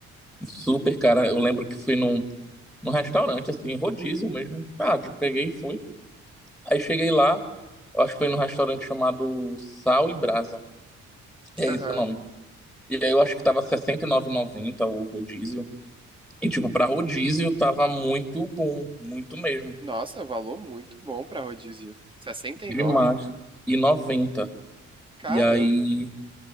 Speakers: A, in the centre; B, on the right.
A: super, cara. Eu lembro que fui num. num restaurante, assim, rodízio mesmo. Tá, eu peguei e fui. Aí cheguei lá, eu acho que foi num restaurante chamado Sal e Brasa. É
B: Aham.
A: esse o nome. E aí eu acho que tava R$ sessenta e nove e noventa o rodízio. E, tipo, pra rodízio tava muito bom, muito mesmo.
B: Nossa, valor muito bom pra rodízio. 69?
A: Demais. E noventa
B: Caramba.
A: E aí.